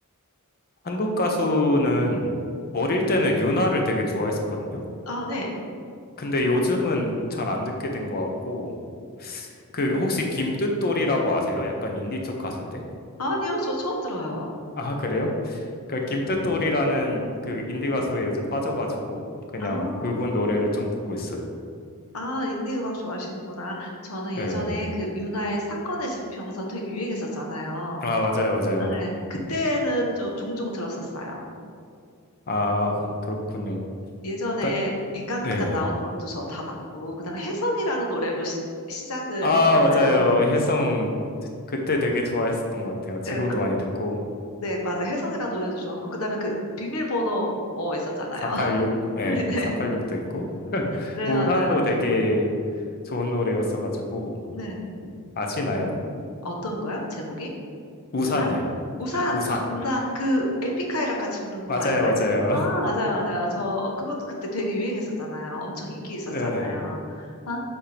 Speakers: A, on the left; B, on the left.
A: 한국 가수는 어릴 때는 윤아를 되게 좋아했었거든요.
B: 아, 네.
A: 근데 요즘은 잘 안 듣게 된 것 같고, 그 혹시 김뜻돌이라고 아세요? 약간 인디 쪽 가수인데?
B: 아니요, 저 처음 들어요.
A: 아, 그래요? 그 김뜻돌이라는 그 인디 가수에 요즘 빠져가지고 그냥
B: 아.
A: 그분 노래를 좀 듣고 있어요.
B: 아, 인디 음악 좋아하시는구나. 저는
A: 네.
B: 예전에 그 윤하의 사건의 지평선 되게 유행했었잖아요.
A: 아, 맞아요, 맞아요.
B: 아, 네. 그때는 좀 종종 들었었어요.
A: 아, 그렇군요.
B: 예전에
A: 그러니까
B: 인간극장
A: 네.
B: 나오는 것도 저 다 봤고, 그다음에 혜성이라는 노래로 시, 시작을
A: 아,
B: 했잖아요.
A: 맞아요. 혜성 그때 되게 좋아했었던 것 같아요. 지금도
B: 네, 그,
A: 많이 듣고
B: 네, 맞아요. 혜성이라는 노래도 좋았고, 그다음에 그 비밀번호 뭐 있었잖아요.
A: 486,
B: <laughs>
A: 예,
B: 네,
A: 486도 있고
B: 네,
A: 우산도
B: 맞아요.
A: 되게 좋은 노래였어가지고
B: 네.
A: 아시나요?
B: 어떤 거요? 제목이? 무한?
A: 우산이요.
B: 우산!
A: 우산.
B: 우산! 그 에픽하이랑 같이 부르는
A: 맞아요,
B: 거 아닌가요?
A: 맞아요.
B: 아, 맞아요, 맞아요. 저, 그것도 그때 되게 유행했었잖아요. 엄청 인기 있었잖아요.
A: 네.
B: 아,